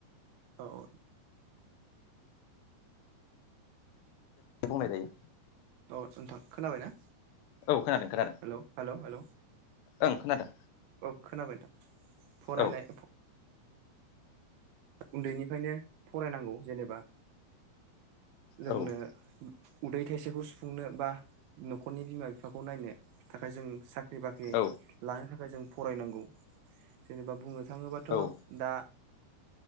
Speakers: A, on the right (about 75°); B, on the left (about 85°).
A: औ
B: बुंनाय जायो।
A: अ नोंथां खोनाबाय ना?
B: औ खोनादों खोनादों
A: हेल हेल' हेल
B: ओं खोनादों
A: खोनाबाय नोंथां फरायनाय
B: औ
A: उन्दैनिफ्रायनो फरायनांगौ जेनेबा जोंनो
B: औ
A: उदै थाइसेखौ सुफुंनो बा न'खरनि बिमा बिफाखौ नायनो थाखाय जों साख्रि साख्रि बाख्रि
B: औ
A: लानो थाखाय जों फरायनांगौ जेनेबा बुंनो थाङोबाथ'
B: औ
A: दा